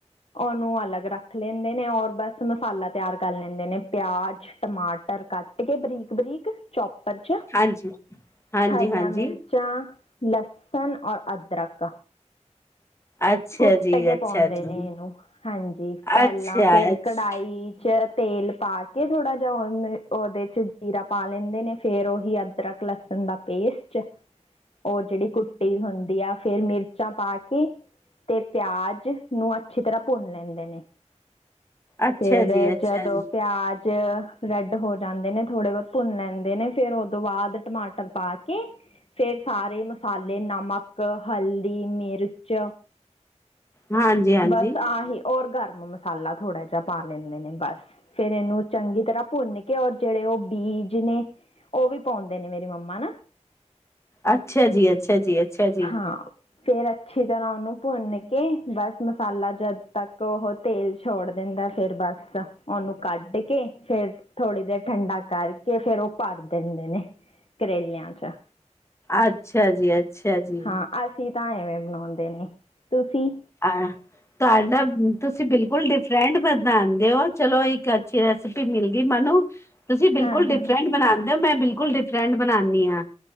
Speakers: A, on the left; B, on the left.
A: ਉਨੂੰ ਅਲੱਗ ਰੱਖ ਲੈਂਦੇ ਨੇ ਔਰ ਬਸ ਮਸਾਲਾ ਤਿਆਰ ਕਰ ਲੈਂਦੇ ਨੇ ਪਿਆਜ ਟਮਾਟਰ ਕੱਟ ਕੇ ਬਰੀਕ-ਬਰੀਕ ਚੋਪਰ 'ਚ
B: ਹਾਂਜੀ, ਹਾਂਜੀ,
A: ਹਰੀਆਂ
B: ਹਾਂਜੀ
A: ਮਿਰ ਚਾ, ਲਸਣ ਔਰ ਅਦਰਕ
B: ਅੱਛਾ
A: ਕੁੱਟ
B: ਜੀ,
A: ਕੇ
B: ਅੱਛਾ
A: ਪਾਉਂਦੇ
B: ਜੀ।
A: ਨੇ ਏਨੂੰ ਹਾਂਜੀ ਪਹਿਲਾਂ
B: ਅੱਛਾ,
A: ਫੇਰ
B: ਅੱਛਾ
A: ਕਢਾਈ ਤੇਲ ਪਾ ਕੇ ਥੋੜਾ ਜਾ ਹੁਣ ਉਦੇ 'ਚ ਜੀਰਾ ਪਾ ਲੈਂਦੇ ਨੇ ਫੇਰ ਉਹੀ ਅਦਰਕ, ਲਸ ਣ ਦਾ ਪੇਸਟ ਓ ਜਿਹੜੀ ਕੁੱਟੀ ਹੁੰਦੀ ਆ ਫੇਰ ਮਿਰਚਾਂ ਪਾ ਕੇ 'ਤੇ ਪਿਆਜ ਨੂੰ ਅੱਛੀ ਤਰਾ ਭੁੰਨ ਲੈਂਦੇ ਨੇ।
B: ਅੱਛਾ
A: ਫੇਰ
B: ਜੀ, ਅੱਛਾ
A: ਜਦੋਂ
B: ਜੀ।
A: ਪਿਆਜ 'ਚ ਰੈਡ ਹੋ ਜਾਂਦੇ ਨੇ ਥੋੜੇ ਬੋਤ ਭੁੰਨ ਲੈਂਦੇ ਨੇ ਫੇਰ ਉਦੋਂ ਬਾਅਦ ਟਮਾਟਰ ਪਾ ਕੇ ਫੇਰ ਸਾਰੇ ਮਸਾਲੇ ਨਮਕ, ਹਲਦੀ, ਮਿਰਚ
B: ਹਾਂਜੀ। ਹਾਂਜੀ
A: ਬਸ ਆਹੀ ਔਰ ਗਰਮ ਮਸਾਲਾ ਥੋੜਾ ਜਾ ਪਾ ਲੈਂਦੇ ਨੇ ਬਸ। ਫੇਰ ਏਨੂੰ ਚੰਗੀ ਤਰਾ ਭੁੰਨ ਕੇ ਔਰ ਜਿਹੜੇ ਓ ਬੀਜ ਨੇ ਓ ਵੀ ਪਾਉਂਦੇ ਨੇ ਮੇਰੇ ਮੰਮਾ ਨਾ।
B: ਅੱਛਾ ਜੀ ਅੱਛਾ ਜੀ ਅੱਛਾ ਜੀ।
A: ਹਾਂ ਫੇਰ ਅੱਛੀ ਤਰਾ ਉਨੂੰ ਭੁੰਨ ਕੇ ਬਸ ਮਸਾਲਾ ਜਦ ਤੱਕ ਉਹ ਤੇਲ ਛੋੜ ਦਿੰਦਾ ਫੇਰ ਬੱਸ ਉਨੂੰ ਕੱਢ ਕੇ ਫੇਰ ਥੋੜੀ ਦੇਰ ਠੰਡਾ ਕਰਕੇ ਫੇਰ ਓ ਭਰ ਦਿੰਦੇ ਨੇ ਕਰੇਲਿਆਂ 'ਚ।
B: ਅੱਛਾ ਜੀ ਅੱਛਾ ਜੀ।
A: ਹਾਂ ਅਸੀਂ ਤਾਂ ਐਵੇਂ ਬਣਾਉਂਦੇ ਨੇ, ਤੁਸੀਂ?
B: ਅ ਤੁਹਾਡ ਤੁਸੀਂ ਬਿਲਕੁਲ ਡਿਫਰੈਂਟ ਬਣਾਂਦੇ ਹੋ, ਚਲੋ ਇੱਕ ਅੱਛੀ ਰੈਸ ਪੀ ਮਿਲ ਗਈ ਮੈਨੂੰ ਤੁਸੀਂ ਬਿਲਕੁਲ
A: ਹਾਂ
B: ਡਿਫਰੈਂਟ
A: ਹਾਂ
B: ਬਣਾਦੇ ਹੋ, ਮੈਂ ਬਿਲਕੁਲ ਡਿਫਰੈਂਟ ਬਣਾਣੀ ਆ